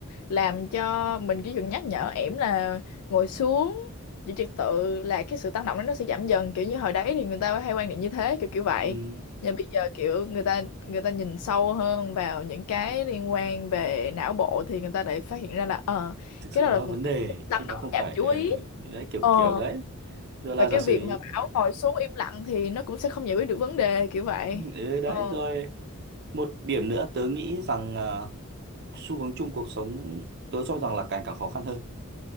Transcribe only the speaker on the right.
ừ,
thực
sự
nó
là vấn
đề
chứ nó
không
phải
ừ, đấy kiểu
kiểu đấy rồi là
giả
sử
ừ, đấy
rồi một điểm nữa tớ nghĩ rằng à, xu hướng chung cuộc sống tớ cho rằng là càng càng khó khăn hơn